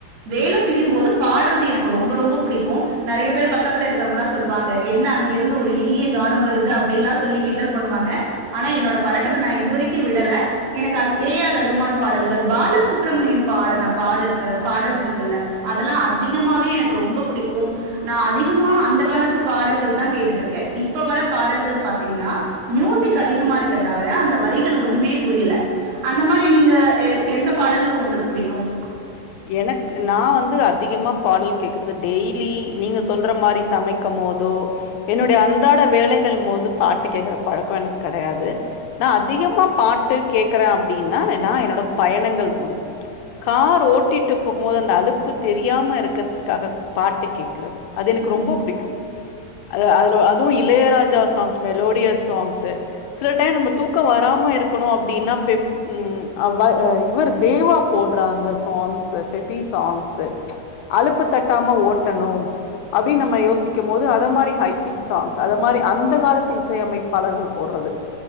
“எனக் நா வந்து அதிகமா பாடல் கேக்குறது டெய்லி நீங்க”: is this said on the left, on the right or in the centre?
Left